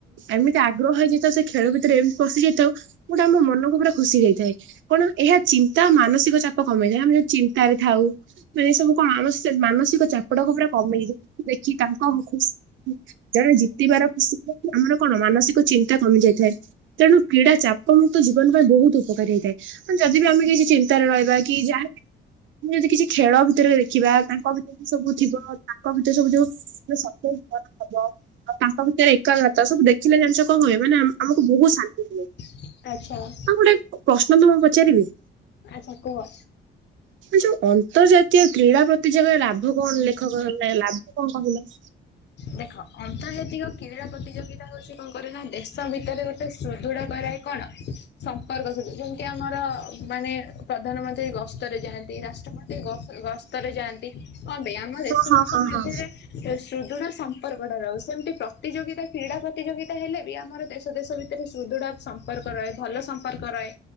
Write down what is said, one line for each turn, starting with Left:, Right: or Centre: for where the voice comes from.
Right: ଏମିତି ଆଗ୍ରହ ହେଇଯାଇଥା ସେ ଖେଳ ଭିତରେ ଏମିତି ପଶି ଯାଇଥାଉ ଗୋଉଟା ଆମ ମନକୁ ପୁରା ଖୁସି ଯାଇଥାଏ କଣ ଏହା ଚିନ୍ତା ମାନସିକ ଚା କମେଇନହି ଆମେ ଯଉ ଚିନ୍ତାରେ ଥାଉ। ମାନେ ସବୁ କଣ ଆମ ମାନସିକ ଚାପଟାକୁ ପୁରା କମେଇ ଦଉ ଦେଖି ତାଙ୍କ ଖୁ ଜଣେ ଜିତିବାର ଖୁସି ଆମର କଣ ମାନସିକ ଚିନ୍ତା କମି ଯାଇଥାଏ। ତେଣୁ କ୍ରୀଡ଼ା ଚାପମୁକ୍ତ ଜୀବନ ପାଇଁ ବହୁତ ଉପକାରୀ ହେଇଥାଏ ମ ଯଦି ବି ଆମେ କିଛି ତରେ ରହିବା କି ଯା ଯଦି କିଛି ଖେଳ ଭିତରେ ଦେଖିବା ତାଙ୍କ ଭିତରେ ବି ସବୁ ଥିବ ତାଙ୍କ ଭିତରେ ସବୁ ଯୋଉ ସବୁ ଭଲ ହବ। ଆଉ ତାଙ୍କ ଭିତରେ ଏକାଗ୍ରତା ସବୁ ଦେଖିଲେ ଜାଣିଛ କଣ ହୁଏ ମାନେ ଆମକୁ ବହୁତ ଶାନ୍ତି ମିଳେ।
Left: ଆଚ୍ଛା।
Right: ହଁ ଗୋଟେ ପ୍ରଶ୍ନ ତମକୁ ପଚାରିବି?
Left: ଆଚ୍ଛା କୁହ?
Right: ଯୋଉ ଅନ୍ତର୍ଜାତୀୟ କ୍ରୀଡ଼ା ପ୍ରତିଯୋଗାରେ ଲାଭ କଣ ଲେଖକ ହେଲା ଲାଭ କଣ କହିଲ?
Left: ଦେଖ ଅନ୍ତର୍ଜାତିକ କ୍ରୀଡ଼ା ପ୍ରତିଯୋଗିତା ହୋଉଚି କଣ କରେ ନା ଦେଶ ଭିତରେ ଗୋଟେ ସୁଦୃଢ କରାଇ କଣ? ସମ୍ପର୍କ ସୁ ଯେମିତି ଆମର ମାନେ ପ୍ରଧାନମନ୍ତ୍ରୀ ଗସ୍ତରେ ଯାଆନ୍ତି ରାଷ୍ଟ୍ରମନ୍ତ୍ରୀ ଗସ୍ତ ଗସ୍ତରେ ଯାଆନ୍ତି କପାଇଁ ଆମ ଦେଶ
Right: ହଁ ହଁ
Left: ଦେଶ
Right: ହଁ
Left: ମଧ୍ୟରେ
Right: ହଁ।
Left: ସୁଦୃଢ ସ ସମ୍ପର୍କଟା ରହୁ ସେମିତି ପ୍ରତିଯୋଗିତା କ୍ରୀଡ଼ା ପ୍ରତିଯୋଗିତା ହେଲେ ବି ଆମର ଦେଶ ଦେଶ ଭିତରେ ସୁଦୃଢ଼ ସମ୍ପର୍କ ରହେ ଭଲ ସମ୍ପର୍କ ରହେ।